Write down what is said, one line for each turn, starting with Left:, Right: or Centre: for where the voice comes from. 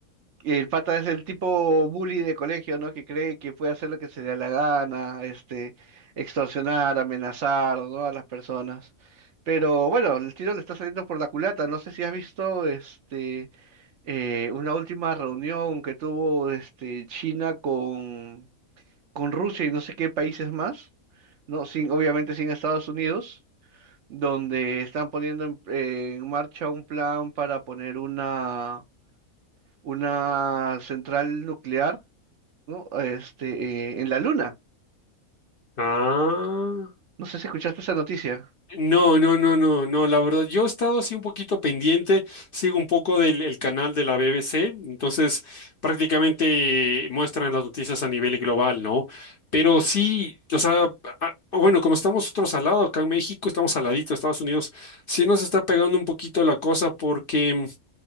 Right: El pata es el tipo bully de colegio, ¿no? Que cree que puede hacer lo que se le da la gana, este, extorsionar, amenazar, ¿no? A las personas. Pero bueno, el tiro le está saliendo por la culata. No sé si has visto, este, eh, una última reunión que tuvo, este, China con, con Rusia y no sé qué países más, ¿no? Sin, obviamente sin Estados Unidos, donde están poniendo en en marcha un plan para poner una una central nuclear, ¿no? Este, eh, en la Luna.
Left: Ah.
Right: No sé si escuchaste esa noticia.
Left: No, no, no, no, no, la verdad, yo he estado así un poquito pendiente, sigo un poco del el canal de la BBC, entonces prácticamente muestran las noticias a nivel global, ¿no? Pero sí, o sea, a- bueno, como estamos nosotros al lado, acá en México, estamos al ladito de Estados Unidos, sí nos está pegando un poquito la cosa porque